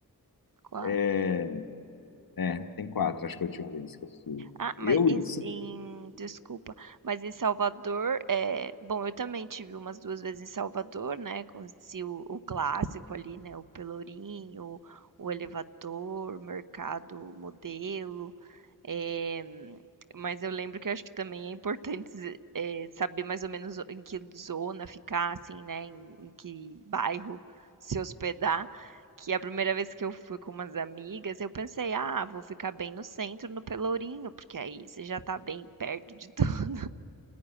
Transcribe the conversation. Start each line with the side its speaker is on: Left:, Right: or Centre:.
Right: 4.
Left: É, é, tem quatro, acho que a última vez que eu fui.
Right: Ah, mas
Left: Eu,
Right: em
Left: assim,
Right: em desculpa, mas em Salvador, é bom, eu também tive umas 2 vezes em Salvador, né, conheci o o clássico ali, né, o Pelourinho, o Elevador, Mercado Modelo, É, mas eu lembro que eu acho que também é importante <laughs> é, saber mais ou menos em que zona ficar, assim, né? Em, em que bairro se hospedar. Que a primeira vez que eu fui com umas amigas, eu pensei, ah, vou ficar bem no centro, no Pelourinho, porque aí você já tá bem perto de tudo. <laughs>